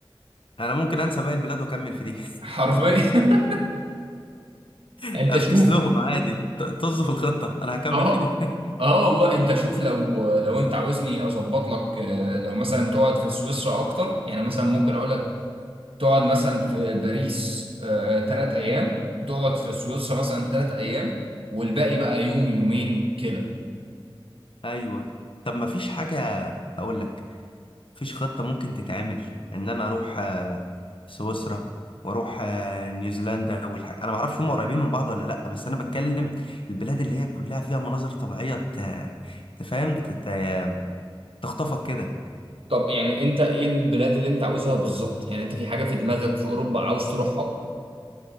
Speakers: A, on the left (about 65°); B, on the right (about 75°).
A: انا ممكن انسى باقي البلاد واكمل في دي
B: حرفيا
A: <laughs>
B: <laughs> انت
A: افكس
B: شوف
A: لهم عادي ط- طز في الخطه انا هكمل
B: اه
A: في دي <laughs>
B: اه والله انت شوف لو لو انت عاوزني اظبط لك آه، لو مثلا تقعد في سويسرا اكتر يعني مثلا ممكن اقول لك تقعد مثلا في باريس آه، آه، تلات أيام وتقعد في سويسرا مثلا تلات أيام والباقي بقى يوم يومين كده
A: ايوه طب ما فيش حاجه هقول لك فيش خطه ممكن تتعمل ان انا اروح آه، سويسرا واروح آه، نيوزيلندا والحاجة. انا ما اعرفش هم قريبين من بعض ولا لا بس انا بتكلم البلاد اللي هي كلها فيها مناظر طبيعيه ت- تفهم تت- تخطفك كده
B: طب يعني أنت إيه البلاد اللي أنت عاوزها بالظبط؟ يعني أنت في حاجة في دماغك في أوروبا عاوز تروحها؟